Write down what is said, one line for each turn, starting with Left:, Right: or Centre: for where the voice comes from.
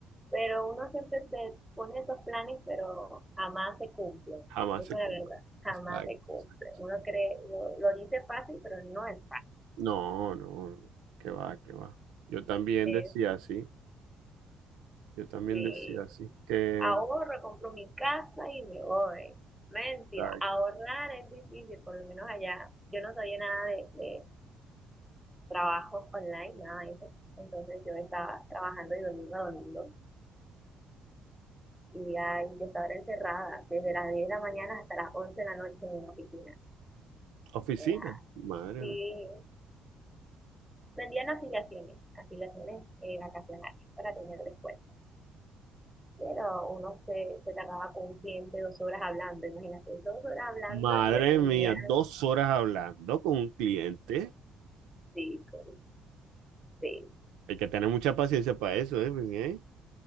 Centre: Pero uno siempre se pone esos planes, pero jamás se cumplen.
Right: Jamás
Centre: Eso
Right: se
Centre: es la
Right: compra.
Centre: verdad, jamás
Right: Exacto,
Centre: se cumple.
Right: exacto.
Centre: Uno cree, lo, lo dice fácil, pero no es
Right: No, no, no. Qué va, qué va. Yo también
Centre: fácil.
Right: decía así. Yo también
Centre: Este,
Right: decía así. Que.
Centre: ahorro, compro mi casa y me voy. Mentira,
Right: exacto.
Centre: ahorrar es difícil, por lo menos allá. Yo no sabía nada de, de trabajo online, nada de eso. Entonces yo estaba trabajando de domingo a domingo Y ay, yo estaba encerrada desde las 10 de la mañana hasta las 11 de la noche en una oficina.
Right: Oficina.
Centre: Era
Right: Madre
Centre: así.
Right: mía.
Centre: Vendían afiliaciones, afiliaciones eh, vacacionales para tener descuento. Pero uno se, se tardaba con un cliente dos horas hablando, imagínate, dos horas hablando
Right: Madre
Centre: y atendían,
Right: mía, dos horas hablando con un cliente.
Centre: sí, pues, sí,
Right: Hay que tener mucha paciencia para eso, ¿eh? Pues, ¿eh?